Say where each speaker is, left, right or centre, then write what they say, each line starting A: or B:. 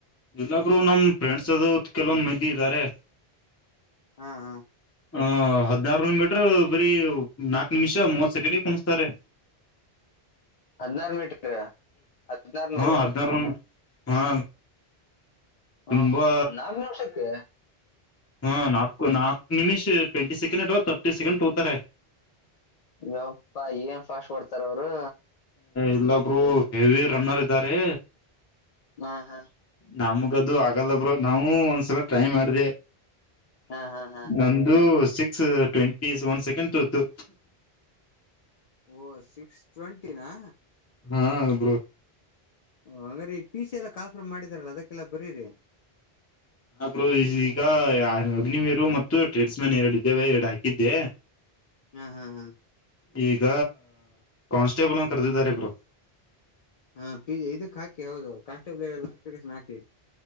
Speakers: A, on the left (about 15°); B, on the left (about 55°).
A: ಎಲ್ಲಬ್ರು ನಮ್ ಫ್ರೆಂಡ್ಸ್ ಅದು ಕೆಲವೊಂದ್ ಮಂದಿ ಇದ್ದಾರೆ.
B: ಹಾ ಹಾ
A: ಆ ಹದ್ನಾರು ಮೀಟ್ರ ಬರೀ ನಾಲ್ಕ್ ನಿಮಿಷ ಮೂವತ್ ಸೆಕೆಂಡ್ಗೆ ಕಣಿಸ್ತಾರೆ.
B: ಹದ್ನಾರು ಮೀಟರ್ ಹದಿನಾರನೂರು
A: ಹಾ ಹದ್ನಾರು ಹಾ
B: ಹ್ಮ
A: ತುಂಬಾ
B: ಹ್ಮ್ ಹ್ಮ್ ನಾಲ್ ನಿಮಿಷಕ್ಕೆ.
A: ಹಾ ನಾಲ್ಕು ನಾಲ್ಕು ನಿಮಿಷ ಟ್ವೆಂಟಿ ಸೆಕೆಂಡ್ ಅಥವಾ ತರ್ಟಿ ಸೆಕೆಂಡ್ ತೋಗತಾರೆ.
B: ಇಪ್ಪಾ ಏನ್ ಫಾಸ್ಟ್ ಕೊಡ್ತಾರ ಅವರು.
A: ಇಲ್ಲೊಬ್ರು ಹೆವಿ ರನ್ನರ್ ಇದಾರೆ
B: ಹಾ ಹಾ
A: ನಮಗದು ಆಗಲ್ಲಬ್ರರು ನಾವೂ ಒಂದ್ಸಲ ಟ್ರೈ ಮಾಡ್ದ.
B: ಹಾ ಹಾ ಹಾ
A: ನಂದು ಸಿಕ್ಸ್ ಟ್ವೆಂಟಿ ಒನ್ ಸೆಕೆಂಡ್ ತತ್ತು.
B: ಓ ಸಿಕ್ಸ್ ಟ್ವೆಂಟಿ ನ.
A: ಹೂ ಹೂ
B: ಓ ಹಂಗ್ರೀ ಪಿ ಸಿ ಎಲ್ಲ ಕಾಲ ಫಾರ್ಮ್ ಮಾಡಿದಾರಲ್ಲ ಅದಕ್ಕೆಲ್ಲ ಬರರಿ.
A: ಹಾ ಬ್ರೋ ಈಗ ಅಗ್ನಿವೀರು ಮತ್ತು ಟ್ರೇಡ್ಸ್ ಮ್ಯಾನ್ ಎರಡು ಇದ್ದೇವೆ ಎರಡು ಹಾಕಿದ್ದೆ.
B: ಹ್ಮ ಹಾ ಹಾ
A: ಈಗ ಕಾನ್ಸ್ಟೇಬಲ್ ಅಂತ ಕರೆದಿದ್ದಾರೆ ಬ್ರೋ
B: ಹಾ ಪ ಇದಕ್ ಹಾಕಿ ಹೌದು ಕಾನ್ಸ್ಟೇಬಲ್ ಅಪ್ಲಿಕನ್ ಹಾಕಿ.